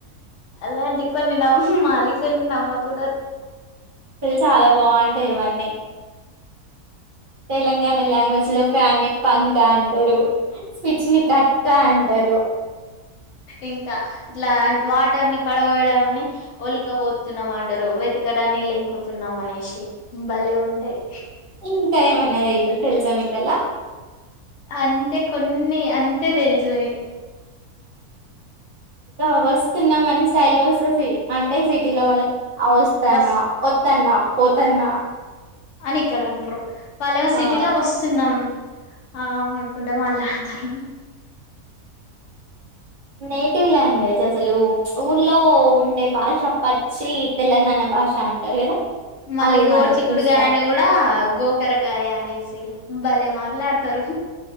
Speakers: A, on the left; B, on the right.
A: అలాంటి కొన్ని నమ్మాలి కొన్ని నమ్మక కూడదు
B: తెలుసా చాలా బాగుంటాయి ఇవన్నీ తెలంగాణ స్ లో ఫ్యాన్ పంక అంటారు స్పిచ్ ని కట్ అని అంటారు
A: ఇంకా ఇట్లా వాటర్ ని పడవయడాన్ని ఒలికబతున్నామ అంటారు వెతకడాన్ని లెంకుతున్నాం అనేసి భలే ఉంటేయి
B: ఇంకా ఏమన్నా ఇమన్న తెల్సా మీకళ్ళ
A: అంతే కొన్ని అంతే తెలుసు
B: అ వస్తున్నాం మన స్టైల్ వస్తు సి అంటే సిటీలో వాళ్ళు ఆ వస్తాన్న
A: వస్
B: వత్తన్న పోతన్నా
A: అని ఇక్కడ అంటరు వాళ్లేమో సిటీలో
B: ఆ
A: వస్తున్నాం ఆ అనుకుంట మళ తర
B: నేటివ్ లాంగ్వేజ్ అసలు ఊర్లో ఉండే భాష పచ్చి తెలంగాణ భాష అంటారు కదా
A: మళ్ళీ
B: అది
A: గోచిక్కుడుకాయని
B: మనం చూస్తాం
A: కూడా గోకరకాయ అనేసి భలే మాట్లాడతారు